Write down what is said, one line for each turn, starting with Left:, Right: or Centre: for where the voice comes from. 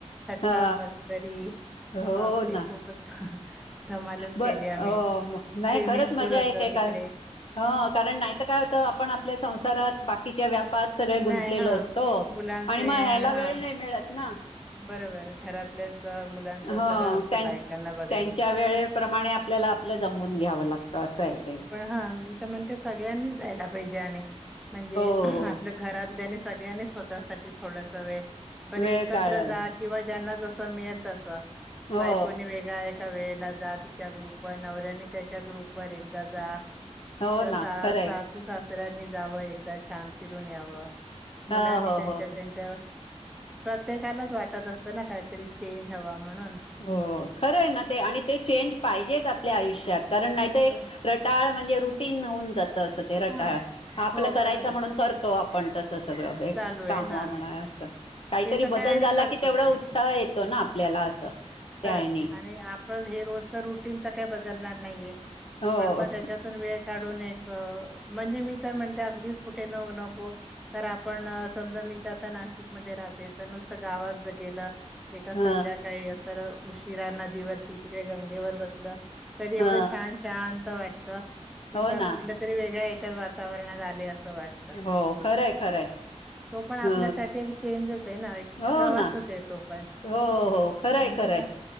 Centre: थट्टा
Left: हा
Centre: मस्करी ह
Left: हो
Centre: बापरे
Left: ना
Centre: खूपच धमालच
Left: ब
Centre: केली आम्ही
Left: हो म नाही
Centre: स्विमिंग
Left: खरंच
Centre: पूल
Left: मजा
Centre: होत
Left: येते.
Centre: तिकडे
Left: का ह कारण नाहीतर काय होत आपण आपल्या संसारात बाकीच्या व्याप व्यापात सगळे गुंतलेलो
Centre: नाही हा
Left: असतो
Centre: मुलांचे
Left: आणि मग ह्याला
Centre: हा
Left: वेळ नाही मिळत ना
Centre: बरोबर घरातल्यानच मुलांच सगळं
Left: ह
Centre: असतं
Left: त्यां
Centre: बायकांना ब
Left: त्यांच्या वेळेप्रमाणे आपल्याला आपलं जमून घ्यावं लागतं असं आहे ते.
Centre: पण हा मी तर म्हणते सगळ्यांनी जायला पाहिजे आणि म्हणजे
Left: हो हो
Centre: घरातल्यांनी सगळ्यांनी स्वतःसाठी थोडस वेळ बरे
Left: वेळ
Centre: एकत्र
Left: काढायला
Centre: जा किंवा ज्यांना जस मिळेल तस
Left: हो
Centre: बायकोनी वेगळा एक एका वेळेला जा तिच्या ग्रुपवर नवऱ्यानी त्याच्या ग्रुप वर एकदा जा.
Left: हो
Centre: किंवा
Left: ना खरंय
Centre: सासू सासर सासऱ्यांनी जाव एकदा छान फिरून यावं मुलांनी
Left: हो हो
Centre: त्यांच्या
Left: हो
Centre: त्यांच्या प्रत्येकानाचं वाटत असतं ना काहीतरी चेंज हवा म्हणून
Left: हो खरं आहे ना ते आणि ते चेंज पाहिजेच आपल्या आयुष्यात कारण नाहीत एक
Centre: बर
Left: रटाळ म्हणजे रुटीन होऊन जात असं ते रटाळ
Centre: हा
Left: आपलं
Centre: हो
Left: करायचं
Centre: बरोबर आहे
Left: म्हणून करतो आपण तसं सगळं एक
Centre: चालू आहे
Left: काम
Centre: हा
Left: म्हणा असं काहीतरी
Centre: ते तर काय
Left: बदल
Centre: आणि
Left: झाला
Centre: करतो
Left: की तेवढा
Centre: ते
Left: उत्साह येतो ना आपल्याला असं त्यानी
Centre: खरंच आणि आपण हे रोजच रुटीन तर काय बदलणार नाहीये
Left: हो
Centre: पण मग त्याच्यातून वेळ काढून एक म्हणजे मी तर म्हणते अगदीच कुठे न नको तर आपण समजा मी तर आता नाशिकमध्ये राहते तर नुसतं गावात जर गेलं एका संध्याकाळी
Left: ह
Centre: असर उशिरा नदीवरती तिकडे गंगेवर बसलं तरी एवढं
Left: ह
Centre: छान शांत वाटत की
Left: हो
Centre: का
Left: ना
Centre: कुठलं तरी वेगळ्या ह्याच्यात वातावरणात आले अस असं वाटत
Left: हो खरंय खरंय
Centre: तो पण आपल्यासाठी
Left: ह
Centre: एक चेंजच आहे ना एक
Left: हो
Centre: प्रवासच.
Left: ना
Centre: असते तो पण
Left: हो हो खरंय
Centre: म्हणजे
Left: खरंय